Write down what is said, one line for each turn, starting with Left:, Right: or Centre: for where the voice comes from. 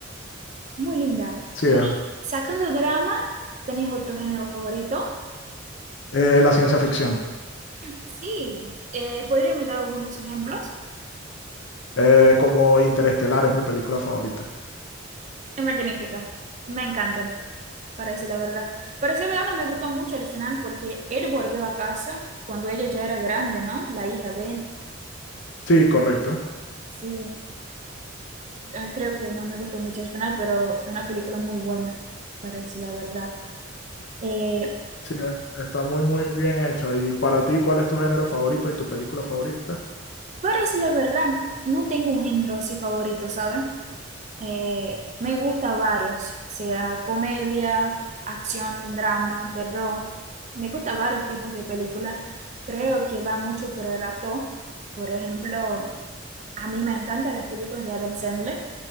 Right: muy linda.
Left: Sí,
Right: Y
Left: es
Right: sacando drama, ¿tenés otro género favorito?
Left: eh, la ciencia ficción.
Right: Sí, eh, ¿podría me dar algunos ejemplos?
Left: Eh, como Interestelar es mi película favorita.
Right: Es magnífica, me encantan, para decir la verdad. Para ser verdad, no me gustó mucho el final porque él volvió a casa cuando ella ya era grande, ¿no? La hija de él.
Left: Sí, correcto.
Right: Sí, ah, creo que no me gustó mucho el final, pero es una película muy buena, para decir la verdad. Eh,
Left: Sí, eh, está muy, muy bien hecha. ¿Y para ti, cuál es tu género favorito y tu película favorita?
Right: para decir la verdad, no tengo un género así favorito, ¿saben? Eh, me gusta varios, sea comedia, acción, drama, terror. Me gusta varios tipos de películas. Creo que va mucho por el actor. Por ejemplo, a mí me encantan las películas de Adam Sandler.